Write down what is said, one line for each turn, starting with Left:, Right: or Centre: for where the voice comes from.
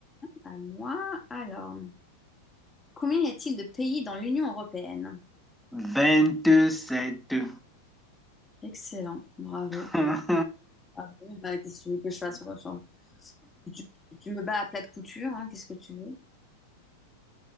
Left: À moi, alors, combien y a-t-il de pays dans l'Union européenne?
Centre: Vingt-sept. <laughs>
Left: Excellent, bravo.
Centre: 27.
Left: Bravo. Bah, qu'est-ce que tu veux que je fasse? moi, enfin, Tu, tu me bats à plat de couture, hein, qu'est-ce que tu veux?